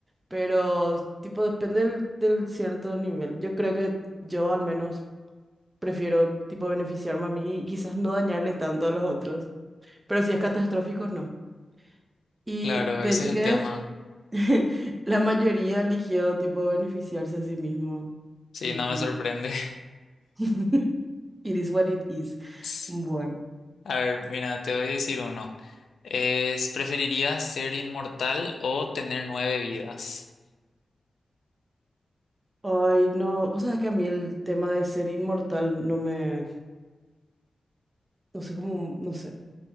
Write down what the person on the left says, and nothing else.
Claro,
ese
es el
tema.
Sí,
no me sorprende.
<laughs>
A ver, mira, te voy a decir uno. Es, ¿preferirías ser inmortal o tener nueve vidas?